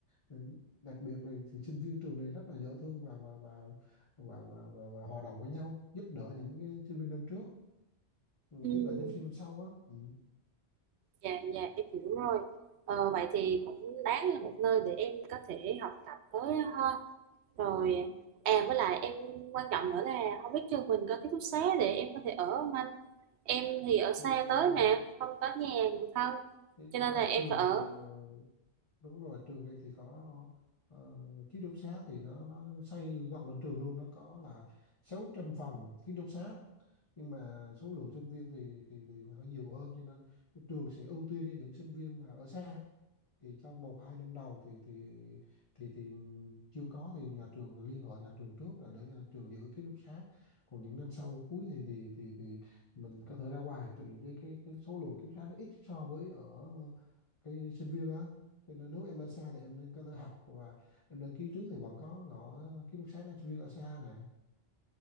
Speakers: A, on the left (about 30°); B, on the right (about 75°).
A: Ừ, đặc biệt là thì sinh viên trường này rất là dễ thương và và và và và, và, và hòa đồng với nhau giúp đỡ những cái sinh viên năm trước ừ,
B: ừ,
A: giúp đỡ những sinh viên năm sau á ừ.
B: dạ dạ em hiểu rồi ờ, vậy thì cũng đáng là một nơi để em có thể học tập tới ha rồi à với lại em quan trọng nữa là không biết trường mình có ký túc xá để em có thể ở không anh em thì ở xa
A: Ừm,
B: tới mà không có nhà người thân
A: Cái,
B: cho nên
A: ờ,
B: là em
A: trường
B: phải ở
A: thì ờ, đúng rồi trường đây thì có ờ, ký túc xá thì nó nó xây gần bên trường luôn nó có là 600 phòng ký túc xá nhưng mà số lượng sinh viên thì thì thì hơi nhiều hơn cho nên trường sẽ ưu tiên cho những sinh viên mà ở xa thì trong một hai năm đầu thì thì thì thì chưa có thì nhà trường liên hệ nhà trường trước là để nhà trường giữ ký túc xá còn những năm sau cuối thì thì thì, thì mình có thể ra ngoài tại vì cái cái, cái số lượng ký túc xá nó ít so với ở cái sinh viên á cho nên nếu em ở xa thì em nên có thể học và em đăng ký trước thì vẫn có ngõ ký túc xá cho sinh viên ở xa nè